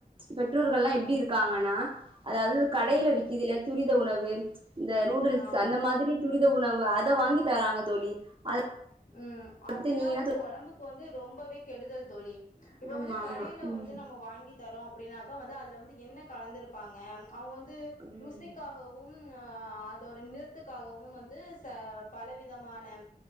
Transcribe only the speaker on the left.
ம்
ஆமா
ம் அதெல்லா
வந்து
ஒடம்புக்கு வந்து ரொம்பவே கெடுதல் தோழி இப்ப
வந்து கடையில
வந்து நம்ம வாங்கி தரோ அப்டின்னாக்கா வந்து அதுல வந்து என்ன கலந்திருப்பாங்க அவங்க வந்து
ருசிக்காகவு வும் அதோட நிறத்துக்காகவும் வந்து ச பல விதமான